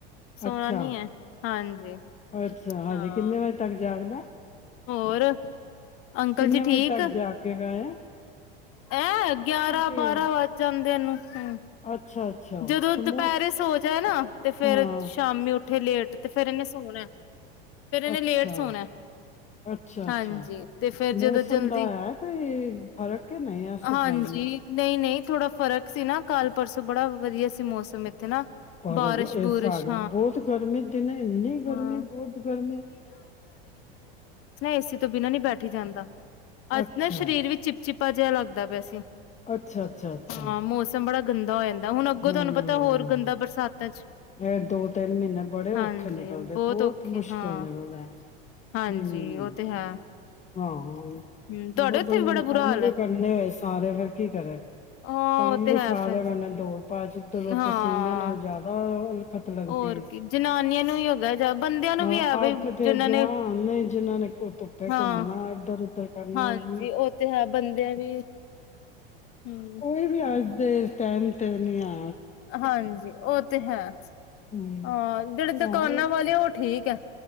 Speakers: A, on the left; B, on the left.
A: ਸੋਣਾ
B: ਅੱਛਾ
A: ਨੀ ਹੈ ਹਾਂਜੀ
B: ਅੱਛਾ,
A: ਹਾਂ
B: ਹਜੇ ਕਿੰਨੇ ਵਜੇ ਤੱਕ ਜ ਜਾਗਦੈ।
A: ਹੋਰ। ਅੰਕਲ
B: ਕਿੰਨੇ
A: ਜੀ
B: ਵਜੇ
A: ਠੀਕ
B: ਤੱਕ ਜਾਗੇਗਾ ਇਹ
A: ਐ ਗਿਆਰਾਂ
B: ਠੀਕ
A: ਬਾਰਾਂ ਵੱਜ ਜਾਂਦੇ ਇਹਨੂੰ ਹੂੰ।
B: ਆ ਅੱਛਾ ਅੱਛਾ
A: ਜਦੋਂ
B: ਤੇ
A: ਦੁਪਹਿਰੇ
B: ਮੋਸ
A: ਸੋ ਜਾਏ ਨਾ ਤੇ ਫੇਰ
B: ਹਾਂ
A: ਸ਼ਾਮੀ ਉੱਠੇ ਲੇਟ ਤੇ ਫੇਰ ਇਹਨੇ ਸੋਣਾ ਫੇਰ ਇਹਨੇ
B: ਅੱਛਾ,
A: ਲੇਟ ਸੋਣਾ
B: ਅੱਛਾ
A: ਹਾਂਜੀ
B: ਅੱਛਾ
A: ਤੇ ਫੇਰ ਜਦੋਂ
B: ਮੌਸਮ
A: ਜਲਦੀ
B: ਦਾ ਹੈ ਕੋਈ ਫ਼ਰਕ ਕਿ ਨਹੀਂ ਓਸੇ
A: ਹਾਂਜੀ
B: ਤਰ੍ਹਾਂ ਹੀ ਹੈ।
A: ਨਹੀਂ-ਨਹੀਂ ਥੋੜਾ ਫਰਕ ਸੀ ਨਾ ਕਲ ਪਰਸੋਂ ਬੜਾ ਵਧੀਆ ਸੀ ਮੌਸਮ ਇੱਥੇ ਨਾ
B: ਪਰ
A: ਬਾਰਿਸ਼
B: ਇਹ
A: ਬੁਰਿਸ਼
B: ਸਾਡੇ ਬਹੁਤ ਗਰਮੀ ਦਿਨੇ ਇੰਨੀ
A: ਹਾਂ-ਹਾਂ।
B: ਗਰਮੀ ਬਹੁਤ ਗਰਮੀ
A: ਏ ਸੀ ਤੋਂ ਬਿਨਾਂ ਨੀ ਬੈਠੀ ਜਾਂਦਾ। ਅੱਜ
B: ਅੱਛਾ
A: ਨਾ ਸਰੀਰ ਵੀ ਚਿਪ ਚਿਪਾ ਜਿਹਾ ਲੱਗਦਾ ਪਿਆ ਸੀ,
B: ਅੱਛਾ ਅੱਛਾ ਅੱਛਾ
A: ਹਾਂ ਮੌਸਮ ਬੜਾ ਗੰਦਾ ਹੋ ਜਾਂਦਾ। ਹੁਣ ਅੱਗੋਂ
B: ਹਾਂ
A: ਤੁਹਾਨੂੰ ਪਤਾ ਹੋਰ ਗੰਦਾ ਬਰਸਾਤਾਂ ਚ
B: ਇਹ ਦੋ ਤਿੰਨ ਮਹੀਨੇ ਬੜੇ ਔਖੇ
A: ਹਾਂਜੀ
B: ਨਿਕਲਦੇ
A: ਬਹੁਤ ਔਖੇ
B: ਮੁਸ਼ਕਿਲ
A: ਹਾਂ,
B: ਨਿਕਲਦਾ ਹਮ
A: ਹਾਂਜੀ ਉਹ ਤੇ ਹੈ।
B: ਆਹੋ ਜਦੋ
A: ਹਮ ਤੁਹਾਡੇ ਉੱਥੇ
B: ਬੰਦੇ
A: ਵੀ ਬੜਾ
B: ਨੇ ਕੰਮ
A: ਬੁਰਾ ਹਾਲ
B: ਵੀ
A: ਹੈ
B: ਕਰਨੇ ਹੋਏ ਸਾਰੇ, ਫੇਰ ਕੀ ਕਰੇ
A: ਹਾਂ
B: ਕੰਮ
A: ਉਹ ਤੇ
B: ਵੀ ਸਾਰੇ
A: ਹੈ ਫਿਰ
B: <unintelligible>
A: ਹਾਂ
B: ਪਸੀਨੇ ਨਾਲ ਜ਼ਿਆਦਾ ਲੱਗਦੀ
A: ਹੋਰ
B: ਹੈ
A: ਕੀ ਜਨਾਨੀਆਂ ਨੂੰ ਵੀ ਹੈਗਾ ਜਾਂ ਬੰਦਿਆਂ ਨੂੰ
B: ਹਾਂ
A: ਵੀ ਹੈ,
B: ਅੱਗ ਦੇ
A: ਜਿਹਨਾਂ
B: ਅੱਗੇ
A: ਨੇ
B: ਹਾਂ ਨਹੀਂ ਜਿਨਾਂ ਨੇ ਕੋ ਧੁੱਪੇ
A: ਹਾਂ
B: ਘੁੰਮਣਾ ਇੱਧਰ ਉਧਰ ਕਰਨਾ
A: ਹਾਂਜੀ
B: ਹੂੰ।
A: ਉਹ ਤੇ ਹੈ ਬੰਦਿਆਂ ਵੀ ਹਮ
B: ਕੋਈ ਵੀ ਆ ਟਾਈਮ ਤੇ ਨੀ ਆ
A: ਹਾਂਜੀ ਉਹ ਤੇ ਹੈ,
B: ਹਮ
A: ਹਾਂ ਜਿਹੜੇ ਦੁਕਾਨਾਂ
B: ਆਹੋ
A: ਵਾਲੇ ਉਹ ਠੀਕ ਹੈ,